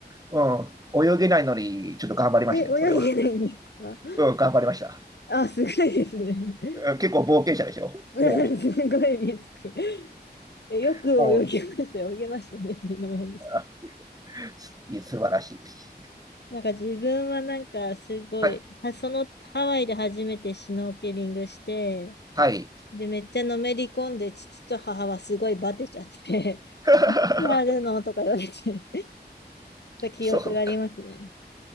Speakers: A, on the right; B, on the left.
A: うん。泳げないのに、ちょっと頑張りましたよ、
B: え、泳げないんですか
A: それは。うん、頑張りました。
B: あ、すごいですね。<laughs>
A: うん結構冒険者でしょも
B: すごいリスク。えよく泳ぎましたよ。
A: う、もう、
B: 泳げましたねっていうのも変ですけど。
A: あすいや素晴らしいです。
B: なんか自分はなんかすごい、
A: はい。
B: はそのハワイで初めてシュノーケリングして、
A: はい。
B: で、めっちゃのめり込んで、父と母はすごいバテちゃって、
A: <laughs>
B: <laughs> 何やるのとか言われて、<laughs> 記憶がありますね。
A: そうか。